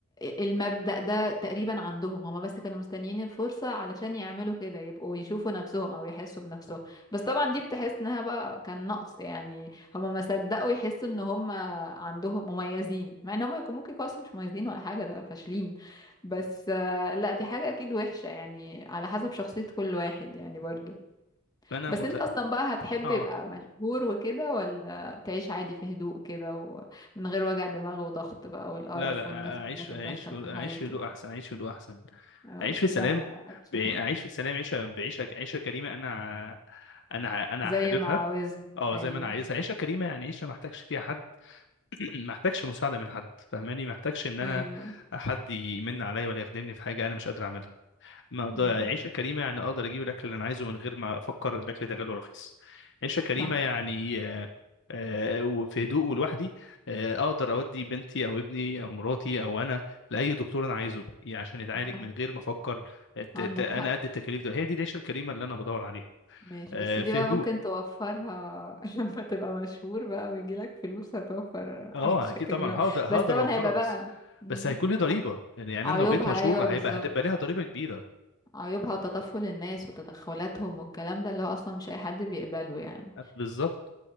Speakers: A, on the left (about 20°); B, on the left (about 55°).
A: المبدأ ده تقريبا عندهم هما بس كانوا مستنيين الفرصة علشان يعملوا كده يبقوا يشوفوا نفسهم او يحسوا بنفسهم بس طبعا دي بتحس انها بقى كان نقص يعني هما ما صدقوا يحسوا ان هما عندهم مميزين مع ان هما يكون ممكن يكونوا أصلاً مش مميزين ولا حاجة ده فاشلين بس آه، لا دي حاجة اكيد وحشة يعني على حسب شخصية كل واحد يعني برضو
B: فانا
A: بس
B: مت...
A: انت اصلا بقى هتحب
B: اه
A: يبقى مشهور وكده ولا تعيش عادي في هدوء كده ومن غير وجع دماغ وضغط بقى والقرف
B: لا لا أ-
A: والناس كلها
B: اعيش
A: تتدخل
B: اعيش في
A: في حياتي
B: اعيش في هدوء احسن اعيش في هدوء احسن
A: اه
B: اعيش في سلام
A: لا انا أت-
B: ب- اعيش
A: <laughs>
B: في سلام عيشه بعيشه عيشه كريمه انا ع- انا ع- انا
A: زي
B: حاببها
A: ما عاوزها
B: اه
A: ايوه
B: زي ما انا عايزها عيشه كريمه يعني عيشه ما احتاجش فيها حد <clears throat> ما احتاجش مساعده من حد فاهماني ما احتاجش ان انا
A: ايوه
B: حد يمن عليا ولا يخدمني في حاجه انا مش قادر اعملها ما أقدر-
A: امم
B: يعني عيشة كريمة يعني أقدر أجيب الأكل اللي أنا عايزه من غير ما أفكر الأكل ده غالي ولا رخيص عيشة كريمة
A: صح
B: يعني آه، آه، وفي هدوء ولوحدي آه، أقدر أودي بنتي أو ابني أو مراتي أو أنا لأي دكتور أنا عايزه عشان يتعالج
A: صح
B: من غير ما أفكر الت-
A: عندك
B: ت- أنا
A: حق
B: قد التكاليف دول هي دي العيشة الكريمة اللي أنا بدور عليها
A: ماشي
B: آه،
A: بس دي
B: في
A: بقى
B: هدوء
A: ممكن توفرها <laughs> لما تبقى مشهور بقى ويجيلك فلوس هتوفر
B: أه
A: عيشة
B: أكيد
A: كريمة
B: طبعا هقدر هقدر
A: بس طبعا
B: أوفرها
A: هيبقى
B: بس
A: بقى مم.
B: بس هيكون لي ضريبة يعني أنا
A: عيوبها
B: لو بقيت مشهور
A: ايوه
B: هيبقى
A: بالظبط
B: هتبقى ليها ضريبة كبيرة
A: عيوبها وتطفل الناس وتدخلاتهم والكلام ده اللي هو اصلا مش اي حد بيقبله يعني
B: بالظبط